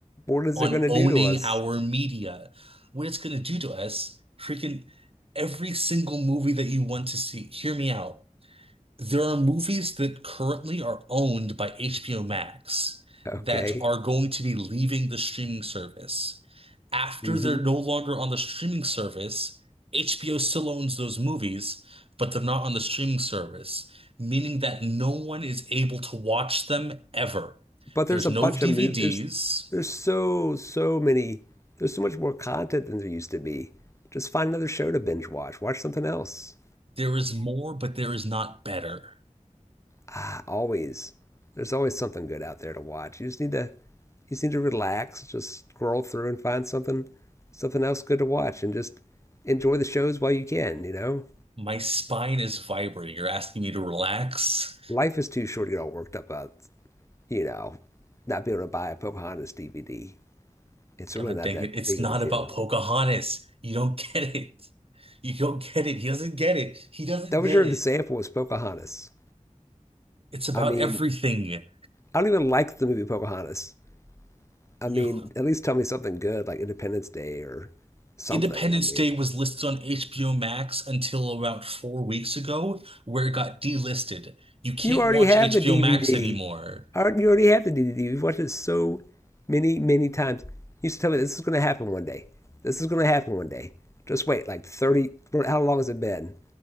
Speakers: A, on the left; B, on the right.
A: What is
B: on
A: it gonna
B: owning
A: do to us?
B: our media. What it's gonna do to us, freaking every single movie that you want to see. Hear me out. There are movies that currently are owned by HBO Max
A: Okay.
B: that are going to be leaving the streaming service. After
A: hmm
B: they're no longer on the streaming service, HBO still owns those movies, but they're not on the streaming service, meaning that no one is able to watch them ever.
A: But there's
B: There's
A: a
B: no
A: bunch
B: DVDs.
A: of movies. There's there's so so many. There's so much more content than there used to be. Just find another show to binge watch. Watch something else.
B: There is more, but there is not better.
A: Ah, always. There's always something good out there to watch. You just need to you just need to relax, just scroll through and find something something else good to watch and just enjoy the shows while you can, you know?
B: My spine is vibrating. You're asking me to relax?
A: Life is too short to get all worked up about, you know, not being able to buy a Pocahontas DVD. It's
B: God
A: really not
B: dang
A: that
B: it. It's
A: big
B: not
A: of a deal.
B: about Pocahontas. You don't <laughs> get it. You don't get it. He doesn't get it. He doesn't
A: That
B: get
A: was your
B: it.
A: example was Pocahontas.
B: It's about
A: I mean,
B: everything.
A: I don't even like the movie Pocahontas. I
B: You
A: mean, at least tell me something good like Independence Day or something.
B: Independence
A: I mean,
B: Day was listed on HBO Max until about four weeks ago, where it got delisted. You can't
A: You already
B: watch
A: have
B: HBO
A: the DVD.
B: Max anymore.
A: Already- You already have the DVD. You've watched it so many, many times. You used to tell me this is going to happen one day. This is going to happen one day. Just wait, like 30, well, how long has it been?